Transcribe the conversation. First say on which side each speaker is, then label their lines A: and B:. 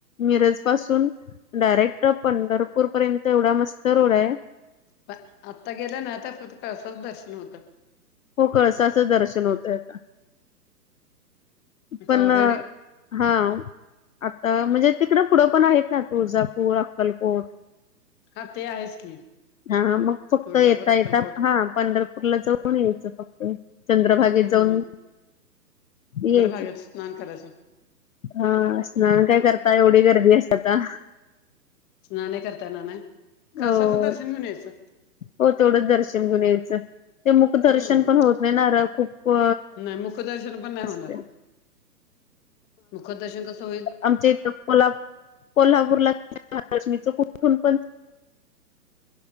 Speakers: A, on the left; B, on the left.
A: मिरज पासून डायरेक्ट पंढरपूर पर्यंत एवढा मस्त रोड आहे.
B: पण आत्ता गेलं ना. आता फक्त कळसाच दर्शन होतं.
A: हो कळसाचं दर्शन होतय का. इप
B: ऑलरेडी
A: ना हा आता म्हणजे तिकडं पुढं पण आहेत ना तुळजापूर अक्कलकोट
B: हा ते आहेच की
A: हा मग फक्त
B: तुळजापूर
A: येता
B: अक्कलकोट
A: येता हा पंढरपूरला ज कोण यायचं फक्त चंद्रभागेत
B: हम्म
A: जाऊन यायच
B: हच स्नान करायचं.
A: हा स्नान काय करता एवढी गर्दी असतात आात
B: नाण्या करताय नाना कळसाच
A: हो
B: दर्शन घेऊन यायचं.
A: हो तेवढंच दर्शन घेऊन यायचं. ते मूक दर्शन
B: हम्म
A: पण होत नाही होणार खूप
B: नाही मुखदर्शन पण नाही
A: असते
B: होणार मुखदर्शन कसं होईल.
A: आमचे इथला कोल्हापूरला कुठून पण